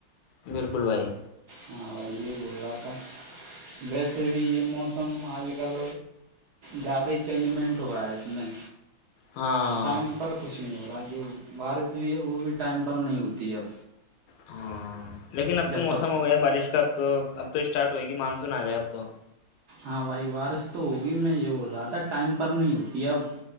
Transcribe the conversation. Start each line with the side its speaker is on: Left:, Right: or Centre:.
Left: بالکل بھائی
Right: ہاں بھائی یہی بول رہا تھا ویسے بھی یہ موسم آج کل زیادہ ہی چینجمنٹ ہو رہا ہے اس میں
Left: ہاں
Right: ٹائم پر کچھ نہیں ہوا ب جو بارش ہوئی ہے وہ بھی ٹائم پر نہیں ہوتی ہے اب
Left: ہاں لیکن اب
Right: جب
Left: تو موسم
Right: پس
Left: ہو گیا بارش کا تو اب تو اسٹارٹ ہوئے گی مانسون آ جائے اب تو
Right: ہاں بھائی وارش تو ہوگی میں یہ بول رہا تھا ٹائم پر نہیں ہوتی اب